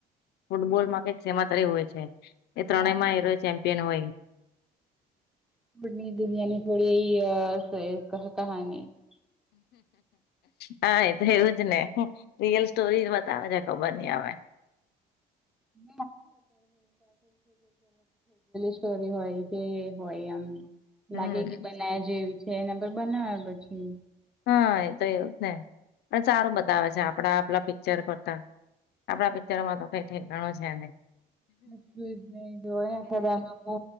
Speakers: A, on the left; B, in the centre.
A: ફૂટબોલ માં કંઈક શેમા <unintelligible> હોય છે,
B: જોયું.
A: એ ત્રણેય માં એરો ચેમ્પિયન હોય.
B: <unintelligible>
A: હા એ તો એવું જ ને. રિયલ સ્ટોરી જ બતાવે છે. ખબર ની હવે.
B: <unintelligible> સ્ટોરી હોય કે હોય એમ.
A: હમ
B: લાગે કે બનાયા જેવી છે, એના પર બનાવે પછી.
A: હા એ તો એવું જ ને. પણ સારું બતાવે છે આપણા આપલા પિક્ચર કરતા. આપડા પિક્ચરમાં તો કંઈ ઠેકાણો છે નહીં.
B: <unintelligible> ઓ,